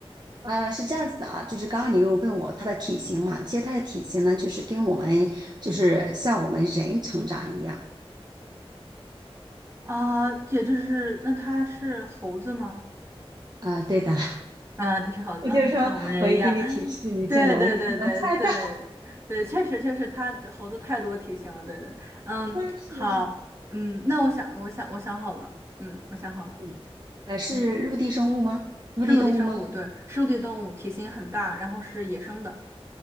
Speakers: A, on the right; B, on the right.
A: 呃，是这样子的啊，就是刚刚你又问我它的体型嘛，其实它的体型呢，就是跟我们就是像我们人成长一样。
B: 啊，也就是那它是猴子吗？
A: 啊、对的，
B: 啊，它是猴子啊，
A: <laughs> 我就说我一给你提示，
B: 像我们人一样，<laughs>
A: 你就能你就能猜到。
B: 对对对对对对，确实确实，它猴子太多体型了，对对，嗯，
A: <laughs> 是是。
B: 好，嗯，那我想我想我想好了，嗯，我想好了，
A: 嗯，呃，是陆地生物吗？
B: 嗯。
A: 陆地动物吗？
B: 是陆地生物，对，是陆地动物，体型很大，然后是野生的。